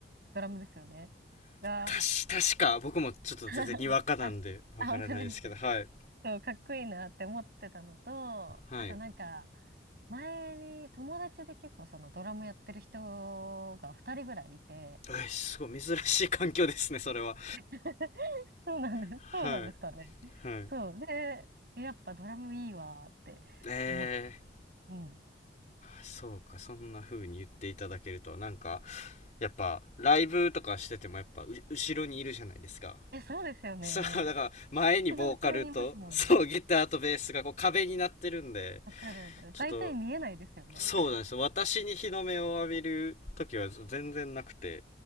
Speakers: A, on the right; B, on the left.
A: ドラムですよね。が、
B: たし、確か、僕もちょっと全然にわかなんで、
A: <laughs> あ、
B: わからないですけど、
A: あ、本当ですか。
B: はい。
A: そう、かっこいいなって思ってたのと、
B: はい。
A: あとなんか、前に友達で結構そのドラムやってる人が2人ぐらいいて、
B: え、すごい珍しい環境ですね、それは。
A: <laughs> そうなんです。
B: はい。
A: そうなんですかね。
B: はい。
A: そう。で、やっぱドラムいいわーって思って。
B: えー。
A: うん。
B: そうか、そんな風に言っていただけるとは、なんか、やっぱ、ライブとかしててもやっぱ、う後ろにいるじゃないですか。
A: え、そうですよね。
B: そう、<laughs> だから、前にボーカルと、
A: 一番後ろにいますもんね。
B: そう、ギターとベースがこう壁になってるんで、
A: わかるわかる。
B: ちょっと、
A: 大体見えないですよね。
B: そうなんですよ。私に日の目を浴びる時は全然なくて、